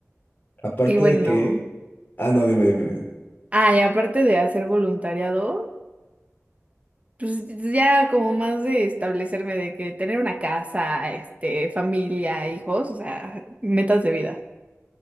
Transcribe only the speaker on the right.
Y bueno,
ah, y aparte de hacer voluntariado, pues ya como más de establecerme de que tener una casa, este, familia, hijos, o sea, metas de vida.